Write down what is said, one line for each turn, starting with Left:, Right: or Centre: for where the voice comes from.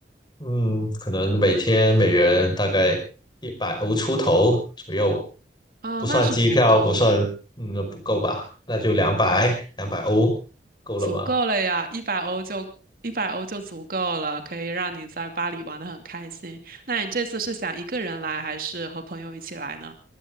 Left: 嗯，可能每天每人大概一百欧出头左右，
Right: 哦，
Left: 不算机票，
Right: 那是足够，
Left: 不算，嗯，不够吧？那就两百，两百欧够了吧？
Right: 足够了呀，一百欧就一百欧就足够了，可以让你在巴黎玩得很开心。那你这次是想一个人来，还是和朋友一起来呢？